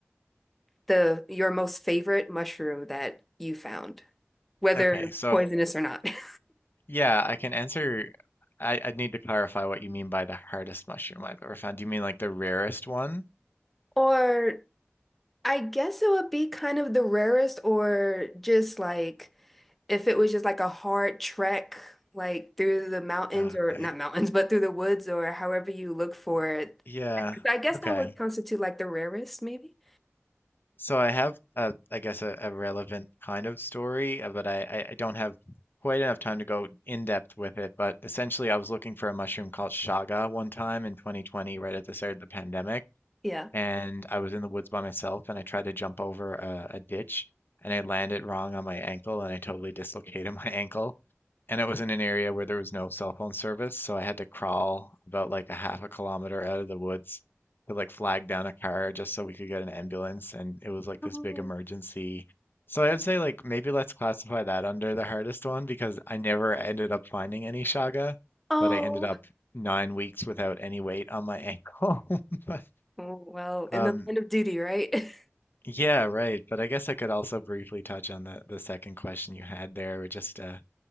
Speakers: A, in the centre; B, on the left.
A: the your most favorite mushroom that you found, whether
B: Okay, so
A: poisonous or not? <laughs>
B: yeah, I can answer. I, I need to clarify what you mean by the hardest mushroom I've ever found. Do you mean like the rarest one?
A: Or I guess it would be kind of the rarest, or just like if it was just like a hard trek, like through the mountains
B: Uh,
A: or
B: okay.
A: not mountains, but through the woods or however you look for it.
B: Yeah.
A: I guess I guess
B: Okay.
A: that would constitute like the rarest, maybe.
B: So I have a, I guess a, a relevant kind of story, uh, but I, I I don't have quite enough time to go in depth with it. But essentially, I was looking for a mushroom called shaga one time in 2020, right at the start of the pandemic,
A: Yeah.
B: and I was in the woods by myself, and I tried to jump over a, a ditch, and I landed wrong on my ankle, and I totally dislocated <laughs> my ankle and it was in an area where there was no cell phone service, so I had to crawl about like a half a kilometer out of the woods to like flag down a car just so we could get an ambulance, and it was like
A: Oh.
B: this big emergency. So I would say like maybe let's classify that under the hardest one because I never ended up finding any shaga,
A: Oh.
B: but I ended up nine weeks without any weight on my ankle. <laughs> But,
A: Oh, well, in
B: um,
A: the line of duty, right?
B: yeah, right. But I guess I could also briefly touch on the the second question you had there, just uh,